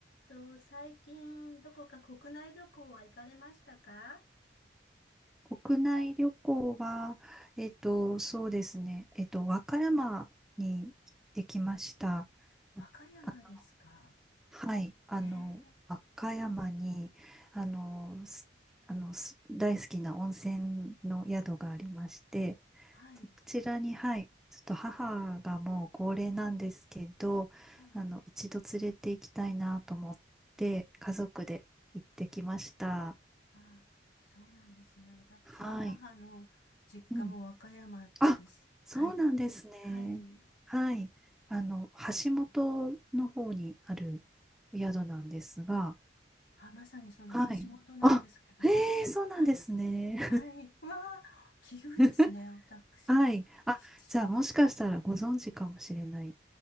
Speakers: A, on the left; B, in the centre.
A: と、最近、どこか国内旅行は行かれましたか
B: 国内旅行は、えっと、そうですね、えっと、和歌山に行ってきました。
A: 和歌山ですか。
B: あはい、あの、
A: へえ、
B: 和歌山に、あの、すあの、す大好きな温泉の宿がありまして、
A: はい。
B: そちらに、はい、ちょっと母がもう高齢なんですけど、
A: はい。
B: あの、一度連れて行きたいなと思って、家族で行ってきました。
A: ああ、そうなんですね。私の母の実家も和歌山です。
B: はい。うんあ、そうなんですね。
A: はい。はい。
B: はい。あの、橋本の方にある宿なんですが、
A: あ、まさにその橋本なんですけど。
B: はい。あ、へえ、そうなんですね。
A: はい。はい。うわあ、奇遇ですね。
B: <laughs>
A: 私もひち
B: はい。あ、じゃあもしかしたらご存知かもしれない。